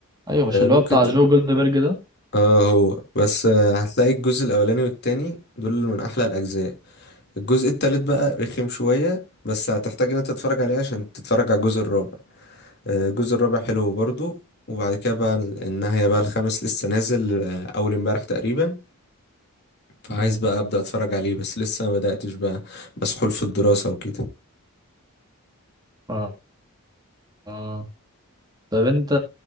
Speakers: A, on the right; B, on the left.
A: ايوه مش
B: آه،
A: اللي
B: ممكن
A: هو بتاع جو جولدبرج ده
B: اه هو بس آه، هتلاقي الجزء الاولاني والتاني دول من احلى الاجزاء الجزء التالت بقى رخم شوية بس هتحتاج ان انت تتفرج عليه عشان تتفرج على الجزء الرابع آه، الجزء الرابع حلو برضو وبعد كده بقى ال- النهاية بقى الخامس لسه نازل آه، اول امبارح تقريبا فعايز
A: مم.
B: بقى ابدا اتفرج عليه بس لسه ما بداتش بقى مسحول في الدراسة وكده
A: اه آه. طب انت